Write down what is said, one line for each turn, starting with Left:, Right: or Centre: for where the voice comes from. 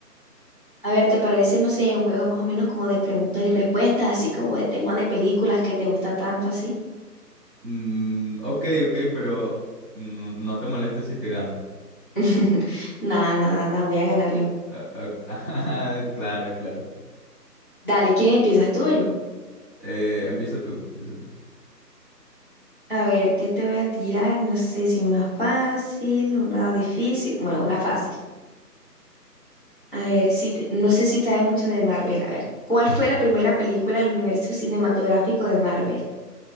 Left: A ver, ¿te parece, no sé, un juego más o menos como de preguntas y respuestas, así como de temas de películas que te gusta tanto, así?
Centre: Mm, ok, ok, pero no, no te molestes si te gano.
Left: <laughs> Nada, nada, nada, voy a ganar yo.
Centre: Ah, ah, <laughs> claro, claro.
Left: Dale, ¿quién empiezas, tú o yo?
Centre: Eh, empieza tú, empieza tú.
Left: A ver, ¿qué te voy a tirar? No sé si una fácil, una difícil, bueno, una fácil. A ver, si te- no sé si sabe mucho de Marvel. A ver, ¿cuál fue la primera película del universo cinematográfico de Marvel?